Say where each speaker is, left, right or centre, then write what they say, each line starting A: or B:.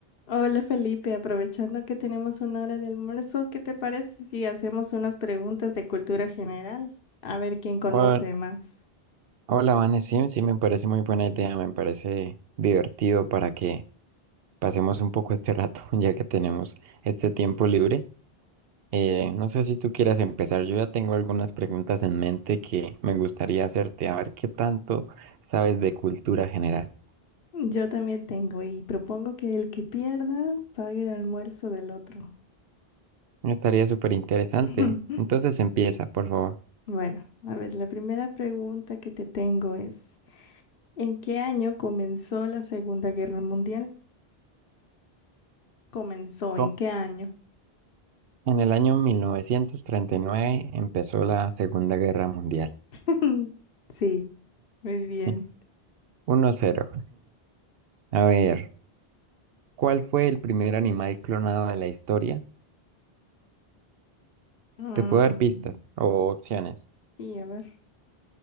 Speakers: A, on the left; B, on the right.
A: Hola Felipe, aprovechando que tenemos una hora de almuerzo, ¿qué te parece si hacemos unas preguntas de cultura general? A ver quién conoce
B: Hola,
A: más.
B: hola, Vane, sí, sí, me parece muy buena idea, me parece divertido para que pasemos un poco este rato, <laughs> ya que tenemos este tiempo libre. Eh, no sé si tú quieras empezar, yo ya tengo algunas preguntas en mente que me gustaría hacerte, a ver qué tanto sabes de cultura general.
A: Yo también tengo y propongo que el que pierda pague el almuerzo del otro.
B: Estaría súper interesante.
A: <laughs>
B: Entonces empieza, por favor.
A: Bueno, a ver, la primera pregunta que te tengo es, ¿en qué año comenzó la Segunda Guerra Mundial? ¿Comenzó
B: Co-
A: en qué año?
B: En el año 1939 empezó la Segunda Guerra Mundial.
A: <laughs> Sí, muy bien.
B: <laughs> Uno cero. A ver. ¿Cuál fue el primer animal clonado de la historia?
A: Mm,
B: Te puedo dar pistas o opciones.
A: sí, a ver,